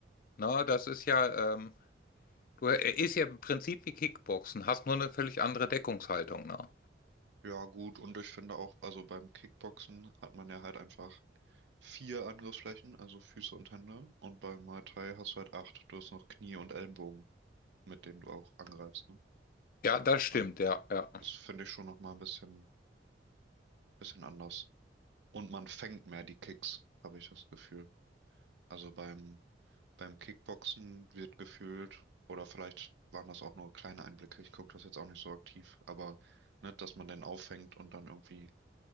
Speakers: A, on the left (about 50°); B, on the right (about 75°).
A: Na, das ist ja, ähm, du äh, ist ja im Prinzip wie Kickboxen, hast nur eine völlig andere Deckungshaltung, ne?
B: Ja, gut, und ich finde auch, also beim Kickboxen hat man ja halt einfach vier Angriffsflächen, also Füße und Hände. Und beim Muay Thai hast du halt acht. Du hast noch Knie und Ellenbogen, mit denen du auch angreifst, ne?
A: Ja, das stimmt,
B: Also,
A: ja, ja.
B: das finde ich schon nochmal ein bisschen, bisschen anders. Und man fängt mehr die Kicks, habe ich das Gefühl. Also beim, beim Kickboxen wird gefühlt, oder vielleicht waren das auch nur kleine Einblicke, ich gucke das jetzt auch nicht so aktiv, aber ne, dass man den auffängt und dann irgendwie